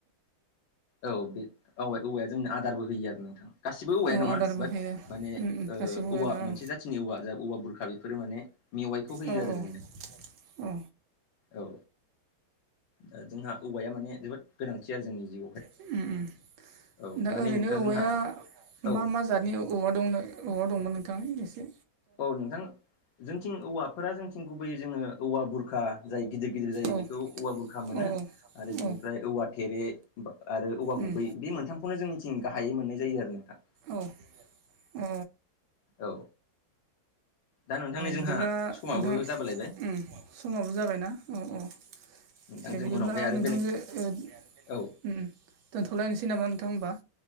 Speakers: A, on the left (about 75°); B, on the right (about 85°).
A: औ बे औ औवाया जोंनो आदारबो होयो आरो नोंथां गासिबो औवाया
B: अ
A: नङा
B: आदारबो
A: बाट
B: होयो
A: माने
B: उम उम
A: ओ
B: गासिबो औवायानो
A: औवा
B: औ
A: मोनसे जाथिनि औवा जा औवा बुरखा बेफोरो माने मेवाइखौ होयो
B: औ
A: आरो
B: औ
A: जोंनो।
B: औ।
A: औ दा जोंहा औवाया माने जोबोद गोनांथि आरो जोंनि जिउआवहाय।
B: उम्म उम्म
A: औ
B: दा
A: नै
B: ओरैनो
A: नोंथां
B: औवाया
A: जोंहा औ
B: मा मा जाद नि औवा दं औवा दंमोन नोंथां गासै?
A: औ नोंथां जोंथिं औवाफोरा जोंथिं गुबैयै जोङो औवा बुर बुरखा जाय गिदिर गिदिर जायो
B: औ
A: बेखौ औवा बुरखा मोनो
B: औ
A: आरो बिनिफ्राय
B: औ
A: औवा थेरे आरो औवा
B: उम
A: गुबै बे मोनथामखौनो जोंनिथिं गाहायै मोननाय जायो आरो नोंथां।
B: औ अ।
A: औ। दा नोंथांनि जोंहा
B: बिदिब्ला
A: समाबो
B: नोंथां उम्म
A: जाबोलायबाय
B: समाबो जाबायना औ औ। ए
A: नोंथांजों
B: बिदिब्ला
A: उनावहाय आरो
B: नोंथांजो
A: बेलेग
B: उम्म
A: औ
B: दोनथ'लायनोसै नामा नोंथां होमबा?